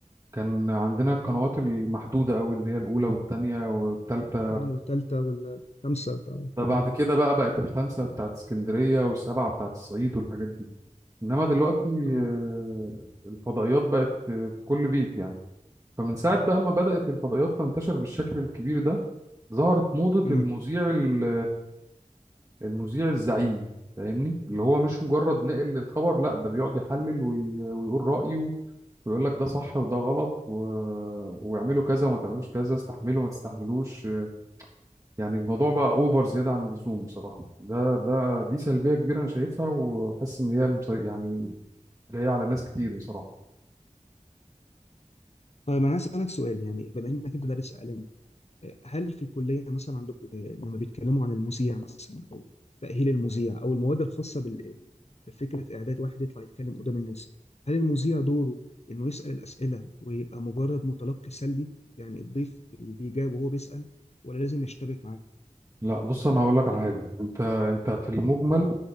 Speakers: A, on the right; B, on the left.
A: كان عندنا القنوات المحدوده قوي اللي هي الاولى والثانيه والثالثه
B: تاني والتالتة والخامسة بتاع الكلام
A: ده بعد
B: ده
A: كده بقى بقت الخمسه بتاعت اسكندريه والسبعه بتاعت الصعيد والحاجات دي انما دلوقتي
B: اه
A: آه، الفضائيات بقت آه، في كل بيت يعني فمن ساعة بقى ما بدأت الفضائيات تنتشر بالشكل الكبير ده ظهرت موضة
B: امم
A: المذيع ال- المذيع الزعيم فاهمني اللي هو مش مجرد ناقل للخبر لا ده بيقعد يحلل وي- ويقول رأيه ويقول لك ده صح وده غلط و... ويعملوا كذا وما تعملوش كذا استحملوا ما تستحملوش يعني الموضوع بقى اوفر زيادة عن اللزوم بصراحة ده ده دي سلبية كبيرة انا شايفها وحاسس ان هي مسي- يعني جاية على ناس كتير بصراحة
B: طيب انا هسألك سؤال يعني بما انك انت دارس اعلام هل في الكلية مثلا عندكم آه، لما بيتكلموا عن المذيع مثلا أو تأهيل المذيع أو المواد الخاصة بال- بفكرة إعداد واحد يطلع يتكلم قدام الناس هل المذيع دوره إنه يسأل الأسئلة ويبقى مجرد متلقي سلبي يعني الضيف بيجاوب وهو بيسأل ولا لازم يشتبك معاه؟
A: لا بص انا هقول لك على حاجه انت انت في المجمل